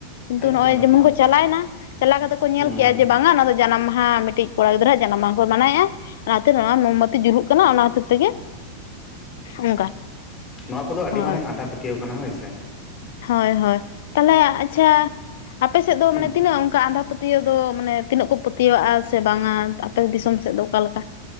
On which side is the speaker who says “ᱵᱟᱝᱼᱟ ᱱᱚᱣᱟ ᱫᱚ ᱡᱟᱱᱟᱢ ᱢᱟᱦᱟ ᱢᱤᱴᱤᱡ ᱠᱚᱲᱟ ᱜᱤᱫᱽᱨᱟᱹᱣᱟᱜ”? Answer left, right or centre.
Left